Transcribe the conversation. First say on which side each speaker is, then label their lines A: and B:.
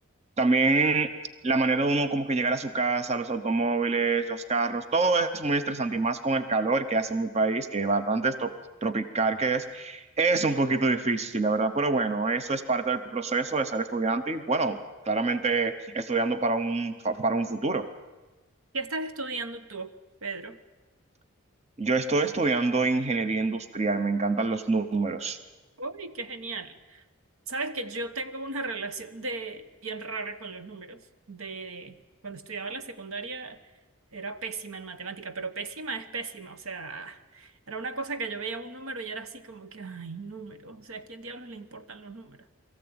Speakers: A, on the right; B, on the right.
A: También la manera de uno como que llegar a su casa, los automóviles, los carros, todo es muy estresante y más con el calor que hace en mi país, que bastante es to- tropical que es, es un poquito difícil, la verdad, pero bueno, eso es parte del proceso de ser estudiante y bueno, claramente estudiando para un, para un futuro.
B: ¿Qué estás estudiando tú, Pedro?
A: Yo estoy estudiando ingeniería industrial, me encantan los números.
B: ¡Uy, qué genial! Sabes que yo tengo una relación de bien rara con los números. De cuando estudiaba en la secundaria era pésima en matemática, pero pésima es pésima, o sea, era una cosa que yo veía un número y era así como que, ay, números, o sea, ¿a quién diablos le importan los números?